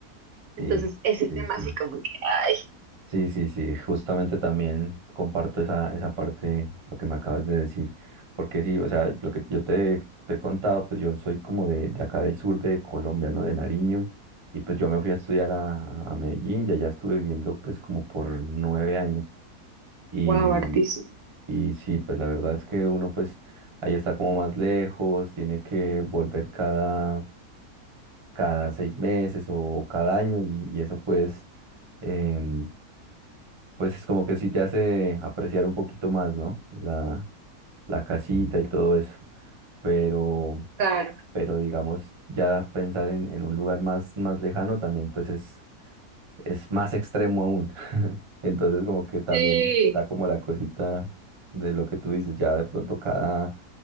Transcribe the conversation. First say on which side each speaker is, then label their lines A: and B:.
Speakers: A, on the right; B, on the right.
A: Entonces,
B: Sí,
A: ese
B: sí,
A: tema
B: sí.
A: así como que, ay,
B: Sí, sí, sí, justamente también comparto esa, esa parte, lo que me acabas de decir, porque sí, o sea, lo que yo te, te he contado, pues yo soy como de, de acá del sur de Colombia, ¿no? De Nariño, y pues yo me fui a estudiar a, a Medellín, ya allá estuve viviendo pues como por nueve años, y,
A: wow, hartísimo.
B: y sí, pues la verdad es que uno pues ahí está como más lejos, tiene que volver cada, cada seis meses o cada año, y, y eso pues... em, pues es como que sí te hace apreciar un poquito más, ¿no? La, la casita y todo eso. Pero,
A: Claro.
B: pero digamos, ya pensar en, en un lugar más, más lejano también, pues es, es más extremo aún. <laughs> Entonces, como que también
A: Sí,
B: da como la cosita de lo que tú dices, ya de pronto cada